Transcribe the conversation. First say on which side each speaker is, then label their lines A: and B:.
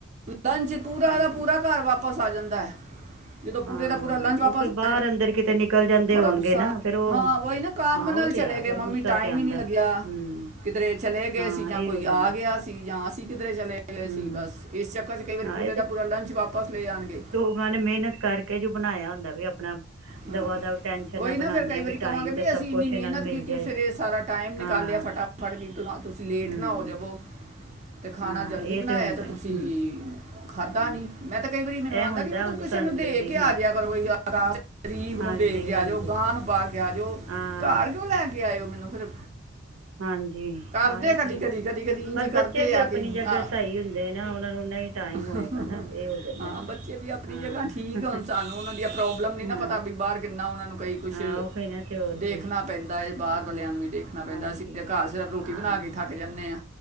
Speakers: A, on the right; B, on the right.
A: ਲੰਚ ਪੂਰਾ
B: ਹੂੰ
A: ਦਾ ਪੂਰਾ ਘਰ ਵਾਪਿਸ ਆ ਜਾਂਦਾ। ਜਦੋਂ ਪੂਰੇ
B: ਹਾਂ
A: ਦਾ ਪੂਰਾ ਲੰਚ
B: ਉਹ
A: ਵਾਪਸ
B: ਬਾਹਰ
A: ਆ ਜਾਂਦਾ
B: ਫਿਰ ਅੰਦਰ ਕਿਤੇ ਨਿਕਲ ਜਾਂਦੇ
A: ਬੜਾ
B: ਹੋਣਗੇ
A: ਗੁੱਸਾ
B: ਨਾ ਫਿਰ ਉਹ
A: ਹਾਂ ਵੋਹੀ ਨਾ ਕੰਮ
B: ਹਾਂ
A: ਨਾਲ
B: ਉਹ ਤੇ
A: ਚਲੇ
B: ਹੈ
A: ਗਏ
B: ਫਿਰ
A: ਮੰਮੀ
B: ਗੁੱਸਾ
A: ਟਾਈਮ
B: ਤੇ ਆਂਦਾ
A: ਹੀ ਨਹੀਂ ਲੱਗਿਆ।।
B: ਹੂੰ
A: ਕਿਧਰੇ ਚਲੇ
B: ਹਾਂ
A: ਗਏ ਸੀ
B: ਇਹ
A: ਜਾਂ ਕੋਈ
B: ਹੋ ਜਾਂਦਾ
A: ਆ ਗਿਆ ਸੀ ਜਾਂ ਅਸੀਂ ਕਿਧਰੇ ਚਲੇ ਗਏ
B: ਹੂੰ
A: ਸੀ ਬਸ ਇਸ ਚੱਕਰ'ਚ ਕਈ ਵਾਰੀ
B: ਹਾਂ
A: ਪੂਰੇ ਦਾ ਪੂਰਾ ਲੰਚ ਵਾਪਸ ਲੈ ਆਣਗੇ।
B: ਉਹਨਾਂ ਮਿਹਨਤ ਕਰਕੇ ਜੋ ਬਣਾਇਆ ਹੁੰਦਾ ਵੀ ਆਪਣਾ
A: ਹਾਂ
B: ਦਵਾ ਦਵ ਟੈਨਸ਼ਨ
A: ਉਹੀ ਨਾ
B: ਬਣਾਉਂਦੇ
A: ਫਿਰ ਕਈ
B: ਆ ਵੀ
A: ਵਾਰੀ ਕਵਾਂਗੇ
B: ਟਾਈਮ ਤੇ
A: ਬ
B: ਸਭ
A: ਅਸੀਂ
B: ਕੁਛ
A: ਇੰਨੀ
B: ਇਹਨਾਂ
A: ਮਿਹਨਤ
B: ਨੂੰ ਮਿਲ
A: ਕੀਤੀ
B: ਜਾਏ
A: ਫਿਰ ਇਹ ਸਾਰਾ ਟਾਈਮ
B: ਹਾਂ
A: ਨਿਕਾਲਿਆ ਫਟਾ <unintelligible> ਤੁਸੀਂ ਲੇਟ
B: ਹਮ
A: ਨਾਂ ਹੋ ਜਾਵੋ।
B: <inaudible>
A: ਤੇ ਖਾਣਾ
B: ਹਾਂ
A: ਜਲਦੀ
B: ਇਹ
A: ਬਣਾਇਆ
B: ਹੁੰਦਾ
A: ਤੇ ਤੁਸੀਂ
B: ਹਮ
A: ਖਾਧਾ
B: ਹਮ
A: ਨੀਂ ਮੈਂ ਤੇ ਕਈ ਵਾਰੀ ਮੈਨੂੰ
B: ਇਹ
A: <unintelligible>
B: ਹੁੰਦਾ ਹੁਣ ਸਾਨੂੰ
A: ਚਲੋ ਦੇ
B: ਲੇਡੀਜ਼
A: ਕੇ
B: ਨੇ
A: ਆਜਿਆ ਕਰੋ <unintelligible> ਗਰੀਬ
B: ਹਾਂਜੀ
A: ਨੂੰ ਦੇ ਕੇ
B: ਹਾਂਜੀ
A: ਆ ਜਾਓ ਗਾਂ ਨੂੰ ਪਾ ਕੇ ਤੇ ਆਜੋ
B: ਹਾਂ
A: <inaudible> ਘਰ ਕਿਉਂ ਲੈ ਕੇ ਆਇਓ ਮੈਨੂੰ ਫਿਰ
B: ਹਾਂਜੀ
A: ਕਰਦੇ
B: ਆ ਈ
A: ਕਦੀ
B: ਤੇ
A: ਕਦੀ
B: ਐ
A: ਕਦੀ
B: <inaudible>
A: ਕਦੀ ਇੰਜ
B: ਪਰ
A: ਹੀ ਕਰਦੇ
B: ਬੱਚੇ ਵੀ
A: ਆ
B: ਆਪਣੀ
A: ਕਿ
B: ਜਗ੍ਹਾ
A: ਆ-
B: ਸਹੀ ਲੇਨਾਂ ਆ ਉਹਨਾਂ ਨੂੰ ਨਹੀਂ ਟਾਈਮ
A: <unintelligible>
B: ਹੋਏਗਾ ਨਾ ਇਹ ਹੋ ਜਾਂਦਾ
A: ਹਾਂ
B: ਨਾ
A: ਬੱਚੇ ਵੀ ਆਪਣੀ
B: ਹਾਂ
A: ਜਗ੍ਹਾ ਠੀਕ ਆ ਹੁਣ ਸਾਨੂੰ ਉਹਨਾਂ ਦੀਆਂ ਪ੍ਰੋਬਲਮ ਨੀ ਨਾ
B: ਹਾਂ
A: ਪਤਾ ਵੀ ਬਾਹਰ ਕਿੰਨਾ ਉਹਨਾਂ ਨੂੰ ਕਈ ਕੁਛ
B: ਹਾਂ ਉਹੀ ਨਾ
A: <inaudible>
B: ਤੇ ਹੋਰ
A: ਦੇਖਣਾ
B: ਕੀ
A: ਪੈਂਦਾ ਬਾਹਰ
B: ਹਾਂ
A: ਵਾਲਿਆਂ ਨੂੰ ਵੀ ਦੇਖਣਾ ਪੈਂਦਾ
B: ਹਾਂਜੀ
A: ਅਸੀਂ ਤੇ ਘਰ ਸਿਰਫ ਰੋਟੀ
B: ਹਾਂ
A: ਕੇ ਥੱਕ ਜਾਂਨੇ ਆ।